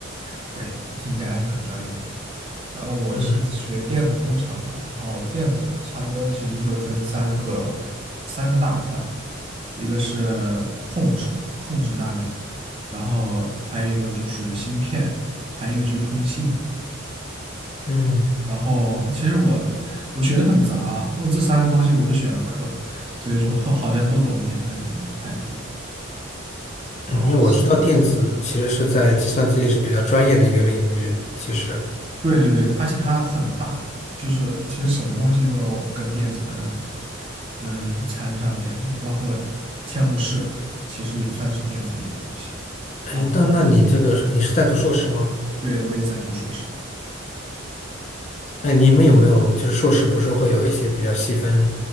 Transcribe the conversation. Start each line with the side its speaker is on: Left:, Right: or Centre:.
Right: 可以，听起来还是很专业的。然后我是学电子工程嘛，
Left: 嗯
Right: 然后电子差不多其实就分三个三个大块，一个是控制控制大类，然后还有一个就是芯片，还有一个就是通信。
Left: 嗯
Right: 然后其实我我学的很杂，我这三个东西我都选了课，所以说 <laughs> 好像都懂一点，但是懂得不太多。然后新，
Left: 嗯，因为我知道电子其实是在计算机里是比较专业的一个领域，
Right: 嗯，
Left: 其实。
Right: 对对对，而且它很大，就是其实什么东西都跟电子能能缠得上边，就包括嵌入式，其实也算是电子类的东西。
Left: 哎，
Right: 然后，
Left: 那那你这个你是在读硕士吗？
Right: 嗯，对，我也在读硕士。
Left: 那你们有没有就是硕士不是会有一些比较细分